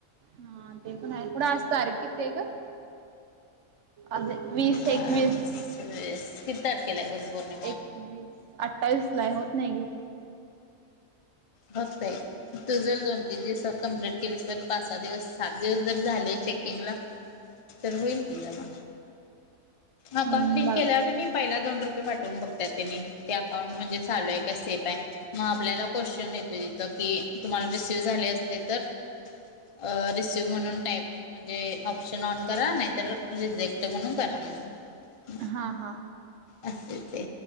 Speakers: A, on the right; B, on the left.
A: हा, ते पण आहे सोड, आज तारिक किती आहे गं? आज वीस
B: आज
A: एकवीस.
B: वीस कि. किती तारखेला आहे गुरुपौर्णिमा.
A: एकवीस अठ्ठावीसला आहं घे होत नाही घे.
B: होतंय. तू जर दोन तीन दिवसात कम्प्लीट केलीस तर पाच सहा दिवस सात दिवस जर झाले चेकिंग ला. तर होईल कि त्याला अकाउंट
A: हम्म
B: लिंक
A: बघा
B: केल्यावर कणीय. पहिला दोन रुपये पाठवून बघतात त्यानी ते अकाउंट म्हणजे चालू आहे का सेफ आहे मग आपल्याला कोशू तेच येतोय कि. तुम्हाला रिसीव झाले असले तर अ रिसीव म्हणून टाईप. म्हणजे ऑप्शन ऑन करा नाहीतर रिजेक्ट म्हणून करा मग.
A: हा हा.
B: असतय ते